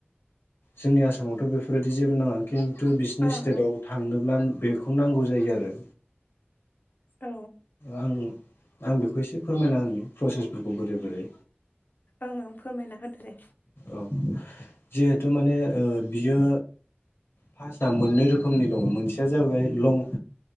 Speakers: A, on the left (about 80°); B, on the left (about 50°).
A: जोंनि आसामावथ' बेफोरबायदि जेबो नाङा खिन थु बिसिनि
B: ओं
A: स्टेटाव
B: ओं
A: थांनोब्ला बेखौ नांगौ जायो आरो।
B: औ
A: आं आं बेखौ एसे फोरमायना होनो प्रसेसफोरखौ बोरै बोरै
B: ओं ओं फोरमायना होदो दे।
A: औ जिहेथु माने ओ बियो पास्टआ मोननै रोखोमनि दङ मोनसेया जाबाय लं